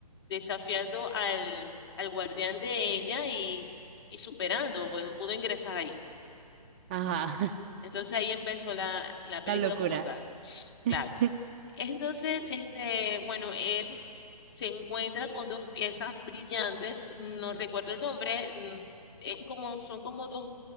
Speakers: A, on the left; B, on the right.
A: desafiando al, al guardián de ella y, y superando, pues pudo ingresar ahí.
B: ajá.
A: Entonces ahí empezó la,
B: <laughs>
A: la película
B: La locura.
A: como tal.
B: <laughs>
A: Claro. Entonces, este, bueno, él se encuentra con dos piezas brillantes, no recuerdo el nombre, mm, es como, son como dos